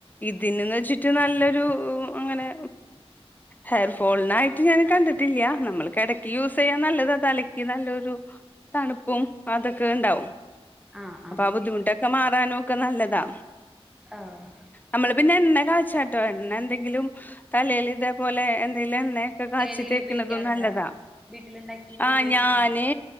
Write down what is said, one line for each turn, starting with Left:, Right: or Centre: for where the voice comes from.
Left: ഇതിന്ന്ന്ന് വെച്ച്ട്ട് നല്ലൊരു അങ്ങനെ ഹെയർ ഫോൾനായിട്ട് ഞാൻ കണ്ടിട്ടില്യാ നമ്മൾക് എടക്കി യൂസ് യ്യാൻ നല്ലതാ തലക്കി നല്ലൊരു തണുപ്പും അതൊക്കെ ഇണ്ടാവും.
Centre: ആഹ് ആഹ്.
Left: ആ ബുദ്ധിമുട്ടൊക്കെ മാറാനും ഒക്കെ നല്ലതാ.
Centre: ആഹ്.
Left: നമ്മള് പിന്നെ എണ്ണ കാച്ചാട്ടോ എണ്ണ എന്തെങ്കിലും തലയിൽ ഇതേപോലെ എന്തെിലും എണ്ണേ കാച്ചി
Centre: ഏതെങ്കിലും
Left: തേക്ക്ണതും
Centre: ഉപയോഗിക്കാറുണ്ടാ
Left: നല്ലതാ
Centre: വീട്ടിലുണ്ടാക്കിട്ട്
Left: ആ
Centre: ഉപയോഗിച്ചിട്ടുണ്ടോ
Left: ഞാന്